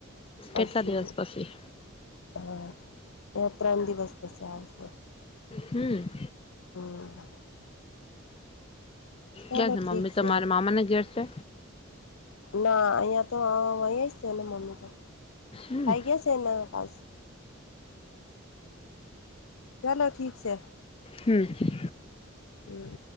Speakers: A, on the left; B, on the left.
A: પરશુ
B: કેટલા દિવસ પછી
A: હા એ ત્રણ દિવસ પછી આવશ
B: હમ
A: હમ ચાલો
B: ક
A: ઠીક
B: મમ્મી તો
A: છે
B: તમારા મામા ને ઘેર છે
A: ના અહિયાં તો અહી છેને મમ્મી તો
B: હમ
A: થઈયા છે એના પાસ ચાલો ઠીક છે
B: હમ
A: હમ